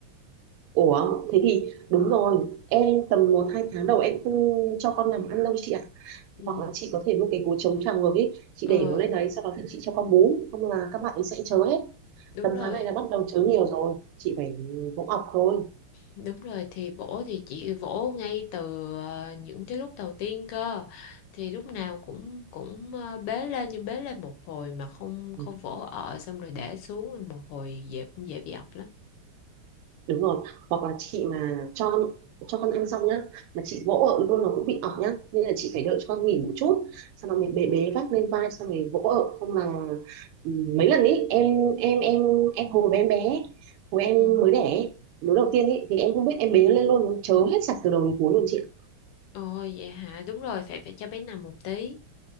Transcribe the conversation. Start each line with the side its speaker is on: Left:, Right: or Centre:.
Right: ủa thế thì đúng rồi em tầm một hai tháng đầu em không cho con làm ăn đâu chị ạ
Left: ừ,
Right: hoặc là chị có thể mua cái gối chống tràng ngược ấy chị
Left: ừ
Right: để nó lên đấy sau đó thì chị cho con bú không là các bạn ấy sẽ chớ hết
Left: đúng
Right: tầm
Left: rồi
Right: tháng này là bắt đầu chớ nhiều rồi chị phải vỗ ọc thôi
Left: Đúng rồi thì vỗ thì chị vỗ ngay từ ờ, những cái lúc đầu tiên cơ thì lúc nào cũng cũng ờ, bế lên nhưng bế lên một hồi mà không
Right: Ừ.
Left: không vỗ ở xong rồi để xuống rồi một hồi dễ cũng dễ bị ọc lắm.
Right: đúng rồi hoặc là chị mà cho con cho con ăn xong nhá mà chị vỗ ở luôn nó cũng bị ọc nhá nên là chị phải đợi cho con nghỉ một chút sau đó mình bế bế vác lên vai xong rồi vỗ ở không là ừ, mấy lần ý em em em em hồi bé em bé hồi
Left: Ừ.
Right: em mới đẻ ấy, đứa đầu tiên ý thì em không biết em bế lên luôn nó chớ hết sạch từ đầu đến cuối luôn chị ạ
Left: Ồ vậy hả? Đúng rồi phải phải cho bé nằm một tí.